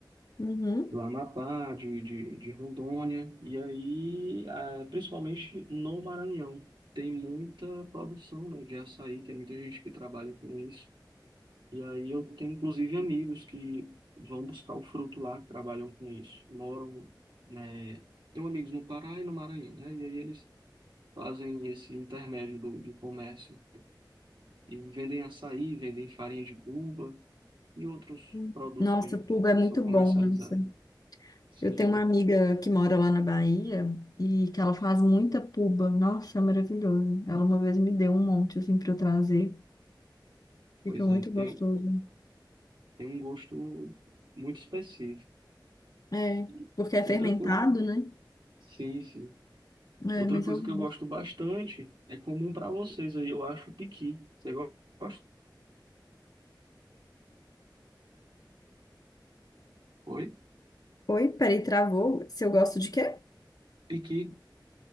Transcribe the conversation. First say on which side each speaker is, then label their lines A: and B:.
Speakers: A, on the left; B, on the right.
A: Uhum.
B: do Amapá, de, de, de Rondônia. E aí, ah, principalmente no Maranhão, tem muita produção, né, de açaí, tem muita gente que trabalha com isso. E aí eu tenho inclusive amigos que vão buscar o fruto lá, que trabalham com isso, moram, né? Tenho amigos no Pará e no Maranhão, né? E aí eles fazem esse intermédio do, do comércio e vendem açaí, vendem farinha de buba e outros
A: Uhum.
B: produtos
A: Nossa,
B: que, a gente-
A: pulga
B: que, que
A: é muito
B: são comercializados.
A: bom, nossa.
B: Sim,
A: Eu tenho
B: sim.
A: uma amiga que mora lá na Bahia e que ela faz muita puba. Nossa, é maravilhoso. Ela uma vez me deu um monte assim para eu trazer. Fica
B: Pois
A: muito
B: é, tem,
A: gostoso.
B: tem um gosto muito específico.
A: É,
B: E
A: porque é
B: Outra
A: fermentado,
B: coisa,
A: né?
B: sim, sim.
A: É,
B: Outra
A: mas
B: coisa
A: eu gosto.
B: que eu gosto bastante é comum para vocês aí, eu acho, o piqui. Você gosta? Foi?
A: Oi, peraí, travou. Se eu gosto de quê?
B: Piqui.